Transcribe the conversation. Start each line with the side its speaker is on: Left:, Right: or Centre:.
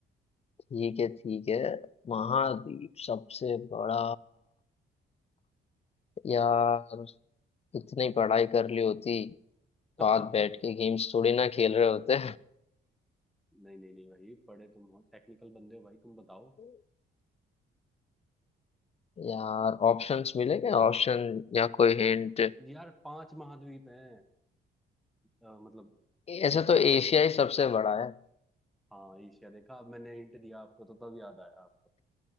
Left: ठीक है ठीक है महाद्वीप सबसे बड़ा यार इतनी पढ़ाई कर ली होती
Centre: <laughs>
Left: तो
Centre: नहीं
Left: आज बैठ के गेम्स थोड़ी ना खेल रहे होते
Centre: नहीं नहीं भाई पढ़े तुम हो टेक्निकल बंदे हो भाई तुम बताओ
Left: <laughs> यार ऑप्शंस मिलेंगे ऑप्शन या कोई हिंट
Centre: यार पांच महाद्वीप हैं अ, मतलब
Left: ऐसे
Centre: विश्व
Left: तो
Centre: में
Left: एशिया ही सबसे बड़ा है
Centre: हाँ ईशिया देखा अब मैंने हिंट दिया आपको तो तब याद आया आपको